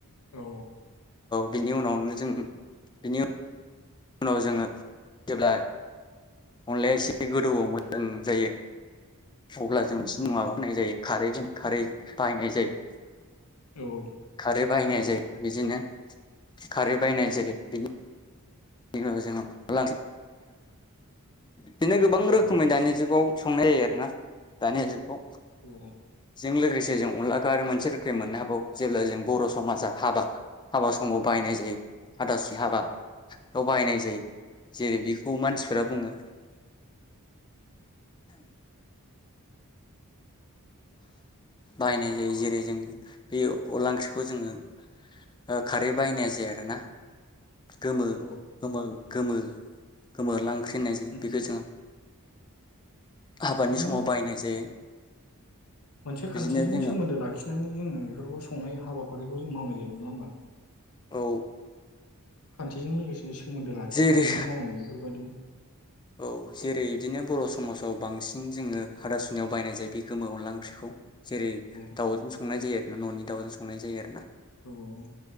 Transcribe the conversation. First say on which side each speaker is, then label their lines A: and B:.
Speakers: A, on the left; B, on the left.
A: औ
B: बिनि उनावनो जों बिनि उनाव जोङो जेब्ला अनलायाएसे बे गोदौओ मोजां जायो अब्ला जों बिस
A: उम
B: माबा होननाय जायो खारै जों खारै बाहायनाय जायो
A: औ
B: खारै बाहायनाय
A: थारै
B: जायो बिदिनो खारै बायनाय
A: उम
B: जायो। <unintelligible> बेनो गोबां
A: औ
B: रोखोमै दानि जुगाव संनाय जायो आरोना दानि जुगाव
A: उम
B: जों लोगोसे जों अनलाखो आरो मोनसे रो मोननो हाबौ जेब्ला जों बर समाजा हाबा हाबा समाव बायनाय जायो हाथासुनि हाबा। औ बाहायनाय जायो जेरै बेखौ मानसि फोरा बुङो बाहायनाय जायो जेरै जों बे अला ओंख्रिखौ जोङो आ खारै बायनाया जाया आरोना गोमो
A: औ
B: गोमो गोमो गोमोरलां ख्रि होननाय जायो
A: उम
B: बेखौ जोङो हाबानि
A: बिदिनो
B: समाव बाहायनाय जायो।
A: मोनसे
B: बिदिनो
A: खान्थिजों
B: जोङो
A: सोमोन्दो लाखिनानै जोङो बेफोरखौ संनाय हाबाफारिखौ जों मावनाय जायो नङा होमबा।
B: औ
A: <inaudible> खान्थिजों लोगोसे सो सोमोन्दो लाखिफानानै
B: जेरै
A: मावनाय बेफोरबायदि
B: औ जेरै बिदिनो बर समाजाव बांसिन जोङो
A: उम
B: हाथा सुनियाव बायनाय जायो। बे गोमो अनदला ओंख्रिखौ
A: औ
B: जेरै
A: औ
B: दाउजों संनाय जायो। ननि दाउजों संनाय जायो आरो ना।
A: औ औ।